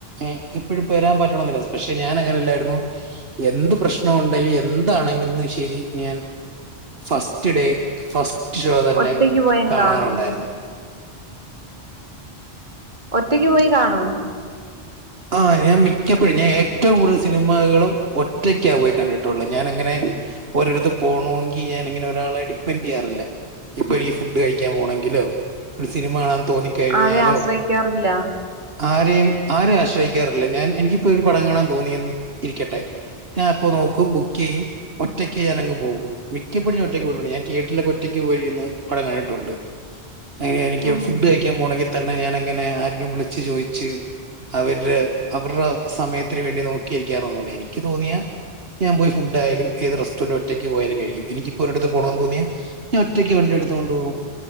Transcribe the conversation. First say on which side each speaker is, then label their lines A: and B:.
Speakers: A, on the right; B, on the right.
A: ഏഹ് എപ്പഴും വരാൻ പറ്റണന്നില്ല പക്ഷെ ഞാൻ അങ്ങനെല്ലാരുന്നു. എന്ത് പ്രശ്നം ഉണ്ടെലും എന്താണെങ്കിലും ശരി ഞാൻ ഫസ്റ്റ് ഡേ ഫസ് ഷോ തന്നെ
B: ഒറ്റക്ക് പോയങ്ങ്
A: കാണാറുണ്ടായിരുന്നു
B: കാണും ഒറ്റക്ക് പോയി കാണോ
A: ആഹ് ഞാൻ മിക്കപ്പോഴും ഞാൻ ഏറ്റവും കൂടുതൽ സിനിമകളും ഒ റ്റക്കാ പോയി കണ്ടിട്ടുള്ള ഞാൻ അങ്ങനെ ഒരടുത്ത് പോണോങ്കി ഞാൻ ഇങ്ങനെ ഒരാളെ ഡിപ്പെൻഡ് ചെയ്യാറില്ല ഇപ്പൊ ഇ ഫു ഡ്‌ കഴിക്കാൻ പോണെങ്കിലോ ഒരു സിനിമ കാണാൻ തോന്നിക്കഴിഞ്ഞാലോ
B: ആരെയും ആശ്രയിക്കാറില്ല
A: ആരെയും ആരേ ശ് ശ്രയിക്കാറില്ല ഞാൻ എനിക്ക് ഇപ്പോ ഒരു പടം കാണാൻ തോന്നിയന്ന് ഇരിക്കട്ടെ ഞാൻ അപ്പോ നോക്കും ബുക്ക് ചെയ്യും ഒറ്റക്ക് ഞാനങ്ങ് പോകും മിക്കപ്പോഴും ഞാൻ ഒറ്റയ്ക്ക് പോയിട്ടുണ്ട് ഞാൻ തിയേറ്റിൽ ഒറ്റക്ക് പോയിരുന്ന് പടം കണ്ടിട്ടുണ്ട്. അങ്ങനെ എനിക്ക്
B: ഉം
A: ഫുഡ് കഴിക്കാൻ പോണെങ്കിൽ തന്നെ ഞാനങ്ങനെ ര് വിളിച്ചു ചോയിച്ച്. അവര് അവർടെ സമയത്തിന് വേണ്ടി നോക്കി ക്കാറൊന്നുല്ല എനിക്ക് തോന്നിയ ഞാൻ പോയി ഫുഡ് ആയാലും ഏത് റെസ്റ്റോറന്റും ഒറ്റയ്ക്ക് പോയാലും കഴിക്കും എനിക്കിപ്പോ ഒരിടത്ത് പോണംന്ന് തോന്നിയാ ഞാൻ ഒറ്റയ്ക്ക് വണ്ടി എടുത്തുകൊണ്ട് പോകും